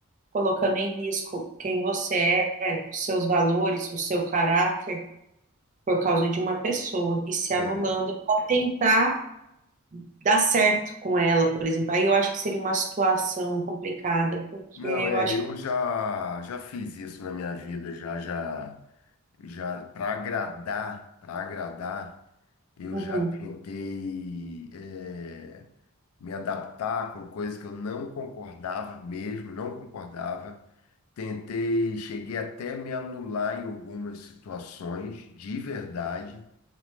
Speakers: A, on the right; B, on the left.
A: colocando em risco quem você é, os seus valores, o seu caráter por causa de uma pessoa e se
B: É.
A: anulando para tentar dar certo com ela, por exemplo. Aí eu acho que seria uma situação complicada, porque
B: Não,
A: eu
B: é,
A: acho
B: eu
A: que.
B: já, já fiz isso na minha vida, já, já, já, para agradar, para agradar, eu
A: Uhum.
B: já tentei. é, me adaptar com coisas que eu não concordava mesmo, não concordava. Tentei, cheguei até me anular em algumas situações, de verdade.